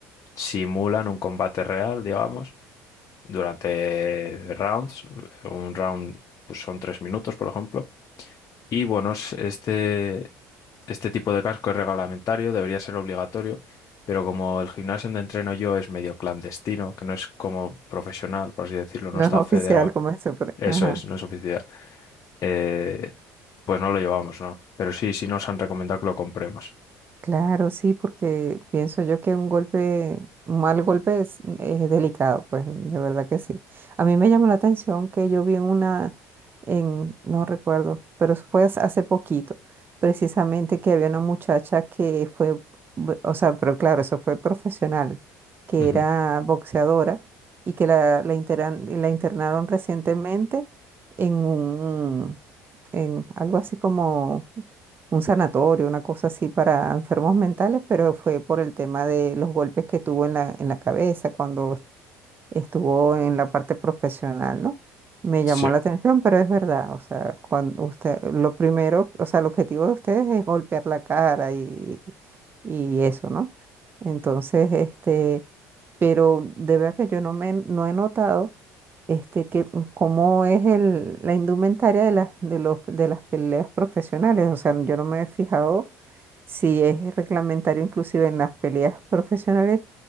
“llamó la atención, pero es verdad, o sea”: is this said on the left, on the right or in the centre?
Right